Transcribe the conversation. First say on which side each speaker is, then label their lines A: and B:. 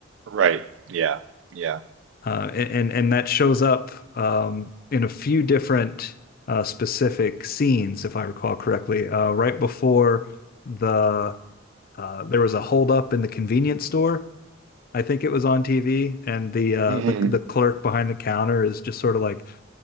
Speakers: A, on the right; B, on the left.
A: Right. Yeah. Yeah.
B: Uh, and and that shows up um, in a few different uh, specific scenes, if I recall correctly. Uh, right before the uh, there was a holdup in the convenience store. I think it was on TV, and the uh,
A: hmm
B: the the clerk behind the counter is just sort of like